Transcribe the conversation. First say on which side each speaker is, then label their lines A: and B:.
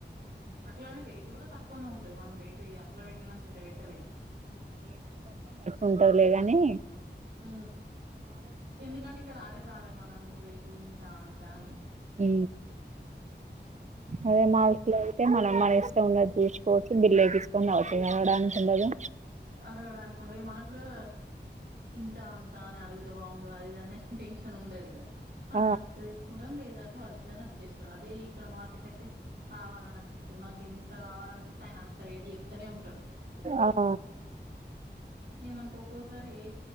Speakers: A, on the right; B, on the right.
A: అట్లని రేటు కూడా తక్కువనే ఉంటది మనం రేట్ అందులో పెట్టినంత ఇందులో పెట్టలేము
B: ఉంటాయిలే గానీ
A: ఉ ఎందుకంటే ఇక్కడ అడగాలి మనము రేటు ఇంత అంత అని
B: ఉ అదె మాల్స్ లో అయితే మనం మన ఇష్టం ఉన్నట్టు ఎచ్చుకోవచ్చు బిల్ ఎపించుకొని రావచ్చు ఇంగ అడగడానికి ఉండదు
A: అడగడానికి ఉండదు మనకు కూడా ఇంత అంతా అని అడిగితే బాగుండదు అదిదనే టెన్షన్ ఉండదిగ మనకు
B: ఆ
A: నచ్చితే తీసుకుంటాం లేదం వద్దనే వచ్చేసురు అదే ఇక్కడ మార్కెట్ న అయితే కావాలని అనిపిస్తేంది మనకి ఎంత కావాల అనిపిస్తే ఆయన త రేట్ చెప్తనే ఉంటడు
B: అ
A: ఇంగ మనకు ఒక్కోసారి ఏ